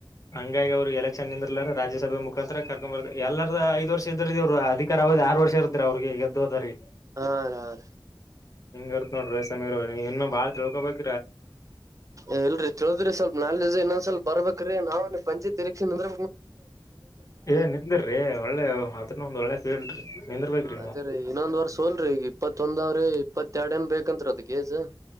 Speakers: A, on the left; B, on the right.
A: ಾಗಿ ಅವ್ರು ಎಲೆಕ್ಷನ್ಂದರ್ಲ ರಾಜ್ಯಸಭೆ ಮುಖಾಂತರ ಕರ್ಕೊ ಬರ್ ಎಲ್ಲರ ಐದು ವರ್ಷ ಎ್ರು ಅಧಿಕಾರ ಹೋದು ಆರು ವರ್ಷ ಇರುದ್ರ ಅವ್ರಿಗೆ ಗೆದ್ದೋದರಿ
B: ಹಾ ರ ರೀ
A: ಹಿಂಗ ಇರುತ್ತತ್ ನೋಡ್ರ ರೇ ಸಮೀರ್ ಇನ್ನು ಬಾಳ ತಿಳ್ಕೋಬೇಕು
B: ಇಲ್ರರಿ ತಿಳಿದ್ರಿ ಸ್ವಲ್ಪ ನಾಲ್ೆ ಡ ಇನ್ನೊಂದ್ ಸ್ವಲ್ಪ ಬರ್ಬೇಕ ನಾವು ಪಂಚಾಯತ್ ಎರಕ್ಷನ್ಂದ್ರ
A: ಏ ನಿಂದಿ್ರ್ರಿ ಒಳ್ಳೆ ಅದನ್ನ ಒಂದ್ ಒಳ್ಳೆ ಫೀಲ್ ರೀ ನಿಂದರ್ಬೇಕ್ರಿ
B: ಅದೇ
A: ನೀವು
B: ರೀ ಇನ್ನೊಂದ್ ವರ್ ಸೋಲ್ರಿ ಈಗ ಇಪ್ಪತ್ತೊಂದ ಅವ್ರಿ ಇಪ್ಪತ್ತ ಎರಡ್ ಏನ್ ಬೇಕತ್ ಅದ್ ಏಜ